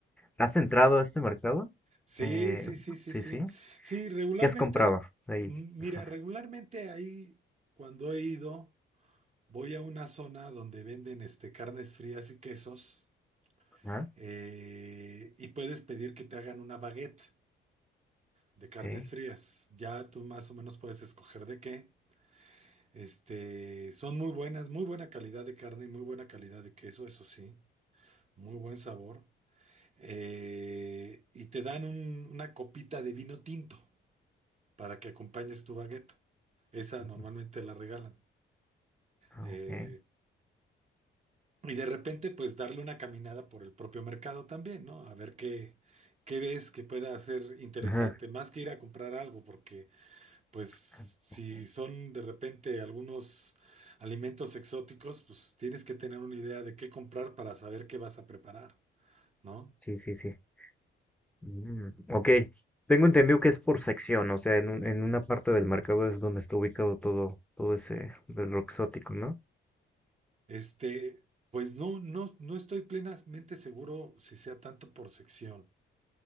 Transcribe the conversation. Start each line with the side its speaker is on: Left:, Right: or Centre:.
Centre: ¿has entrado a este mercado?
Right: Sí,
Centre: Eh,
Right: sí, sí, sí,
Centre: sí,
Right: sí.
Centre: sí.
Right: Sí, regularmente,
Centre: ¿Qué has comprado ahí?
Right: m- mira,
Centre: Ajá.
Right: regularmente ahí, cuando he ido, voy a una zona donde venden este, carnes frías y quesos,
Centre: Ah,
Right: eh, y puedes pedir que te hagan una baguette de carnes
Centre: ok.
Right: frías. Ya tú más o menos puedes escoger de qué. Este, son muy buenas, muy buena calidad de carne y muy buena calidad de queso, eso sí, muy buen sabor. Eh, y te dan un- una copita de vino tinto para que acompañes tu baguette. Esa
Centre: Sí,
Right: normalmente
Centre: sí.
Right: la regalan.
Centre: Ah,
Right: Eh,
Centre: ok.
Right: y de repente, pues darle una caminada por el propio mercado también, ¿no? A ver qué, qué ves que pueda ser interesante,
Centre: Ajá.
Right: más que ir a comprar algo, porque Pues si
Centre: Ah, ok.
Right: son de repente algunos alimentos exóticos, pues tienes que tener una idea de qué comprar para saber qué vas a preparar, ¿no?
Centre: Sí, sí, sí. Mm, ok. Tengo entendido que es por sección, o sea, en, un- en una parte del mercado es donde está ubicado todo, todo ese del lo exótico, ¿no?
Right: Este, pues no, no, no estoy plenamente seguro si sea tanto por sección,